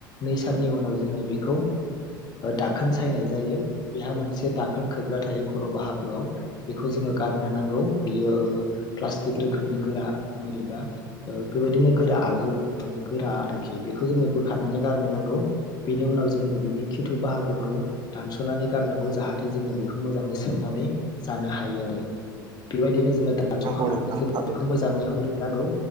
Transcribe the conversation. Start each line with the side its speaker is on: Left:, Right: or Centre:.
Left: नै साननि उनाव जोङो बेखौ दाखोन सायनाय जायो। बेहा मोनसे दाखोन खोबग्रा थायो खर' बाहागोआव बेखौ जोङो गारनो नांगौ बेयो ओ प्लास्टिक रोखोमनि गोरा बोरैबा ओ बेबायदिनो गोरा आगजु गोरा आरो - बेखौ जोङो बोखारनानै गारनो नांगौ बेनि उनाव जोङो बिनि खिथु बाहागोखौ दानस'नानै गारनांगौ जाहाथे जोङो मोजाङै सोबनानै जानो हायो आरो बेबायदिनो जोङो दानस'खांनानै
Right: नंगौ नोंथां
Left: जों
Right: थारैनो
Left: बेखौ मोजाङै हुनो नांगौ